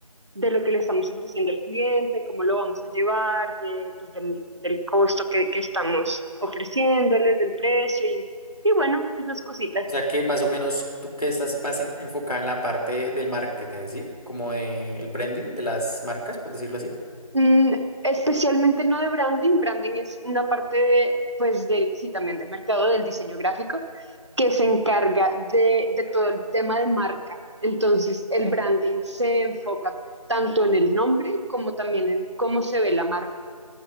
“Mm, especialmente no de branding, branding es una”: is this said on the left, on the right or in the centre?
Right